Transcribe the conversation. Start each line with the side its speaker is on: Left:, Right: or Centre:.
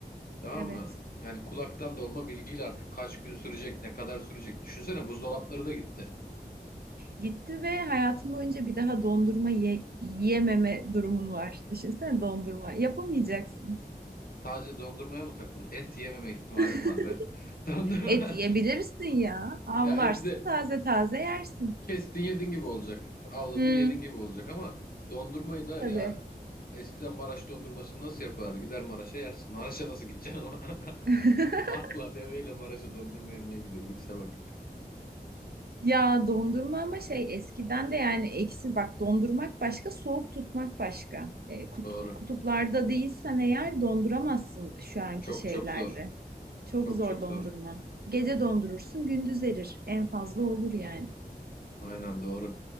Left: Tamam
Right: Evet.
Left: mı? Yani kulaktan dolma bilgiyle artık kaç gün sürecek, ne kadar sürecek. Düşünsene buzdolapları da gitti.
Right: Gitti ve hayatım boyunca bir daha dondurma ye- yememe durumun var. Düşünsene dondurma. Yapamayacaksın.
Left: Sadece dondurmaya mı takıldı? Et yememe ihtimalim
Right: <laughs>
Left: var ve <laughs> dondurma
Right: Et yiyebilirsin ya. Avlarsın
Left: ya eti de
Right: taze taze yersin.
Left: kestin yedin gibi olacak. Avladın
Right: Hı,
Left: yedin gibi olacak ama dondurmayı da
Right: tabii.
Left: ya eskiden Maraş dondurmasını nasıl yapardı? Gider Maraş'a yersin. Maraş'a nasıl gideceksin ama?
Right: <laughs>
Left: <laughs> Atla deveyle Maraş'a dondurma yemeye gidiyor. Lükse bak.
Right: Ya dondurma ama şey eskiden de yani eksi bak dondurmak başka soğuk tutmak başka. E, kut-
Left: Doğru.
Right: kutuplarda değilsen eğer donduramazsın şu anki
Left: Çok
Right: şeylerle.
Left: çok zor.
Right: Çok
Left: Çok
Right: zor
Left: çok
Right: dondurma.
Left: zor.
Right: Gece dondurursun gündüz erir. En fazla olur yani.
Left: Aynen doğru.